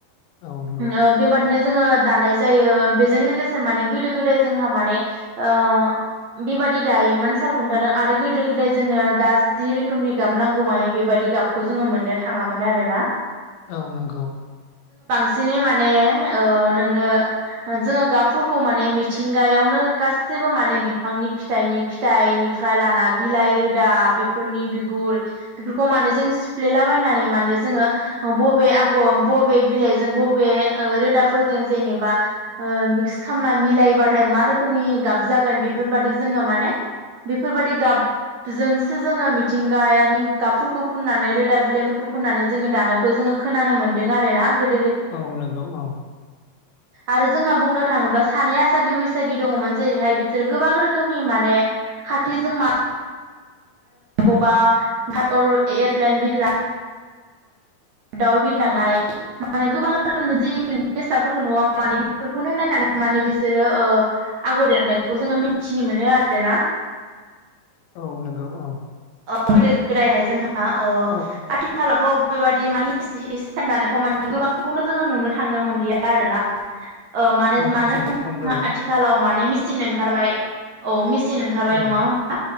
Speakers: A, on the left; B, on the right.
A: औ नंगौ
B: ओ बेबादिनो जोङो दानाय जायो बेजों लोगोसे माने गोदो गोदाय जोंहा माने ओ बेबादि दायोमोन सालखुन्थादों आरो गोदो गोदाय जोंनो दा जि रोखोमनि गाब नांगौ माने बेबादि गाबखौ जोङो मोननो थाङामोन आरोना
A: औ नंगौ
B: बिसिनि माने ओ नोंनो जोङो गाबफोरखौ माने मिथिंगायावनो गासैबो माने बिफांनि फिथाइनि फिथाइनिफ्राय लाना बिलाइ रोदा बेफोरनि बिगुर बेफोरखौ माने जों सिफ्लेलाबायनानै माने जोङो बबे आगर बबे बिलाइजों बबे रोदाफोरजों जेनेबा ओ मिक्स खामना मिलायबाथाय मा रोखोमनि गाब जागोन बेफोरबाददि जोङो माने बेफोरबादि गाबजोंसो जोङो मिथिंगायानि गाबफोरखौ फुननानै रोदाब बिलाइफोरखौ फुननानै जोङो दानायखौ जोङो खोनानो मोनदों आरोना गो
A: औ नंगौ औ
B: आरो जोंहा बुंनो थाङोब्ला सानै आसागि बैसागि दङमोन जेरैहाय बिसोरो गोबां रोखोमनि माने खाथिजों मा बबावबा द एयारप्लेन बिरला दाउ बिरलांनाय माने गोबां रोखोमनि जि बेसादफोरखौ नुवा माने बेफोरखौनो नायनानै माने बिसोरो ओ आगर एरनायखौ जोङो मिथिनो मोनो आरोना
A: औ नंगौ औ
B: गोदो गोदायहाय जोंहा अ
A: औ
B: आथिखालाव दाथ बेबादि माने हिसान दानायखौ माने गोबांखौनो जोङो नुनो थांनो मोनलिया आरो ना ओ मानो
A: औ
B: मानो
A: जोबोद
B: होनोब्ला
A: खम जाबाय
B: आथिखालाव माने मिसिन ओंखारबाय औ मिसि सिन ओखारबाय
A: औ
B: नङा होम्बा